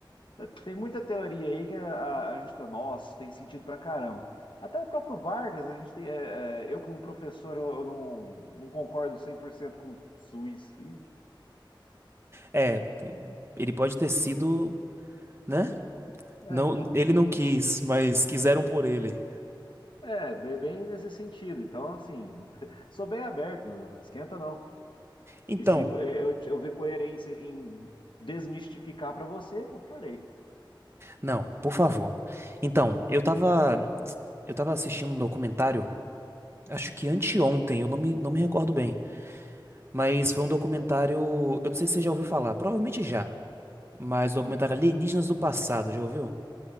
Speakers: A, on the left (about 70°); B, on the right (about 30°).
A: É, Tem muita teoria aí que a, a gente fala, nossa, tem sentido pra caramba. Até o próprio Vargas, a gente tem, é, é, eu como professor, eu, eu não, não concordo 100% com suicídio.
B: É, ele pode ter sido, né?
A: É,
B: Não,
A: então,
B: ele não quis, mas quiseram por ele.
A: <laughs> é, bem, bem nesse sentido. Então, assim, <laughs> sou bem aberto, não esquenta não.
B: Então.
A: E se eu, eu, eu ver coerência em desmistificar pra você, eu farei.
B: Não, por favor. Então, eu tava, eu tava assistindo um documentário, acho que anteontem, eu não me, não me recordo bem, mas foi um documentário, eu não sei se você já ouviu falar, provavelmente já, mas o documentário
A: Hum.
B: Alienígenas do Passado, já ouviu?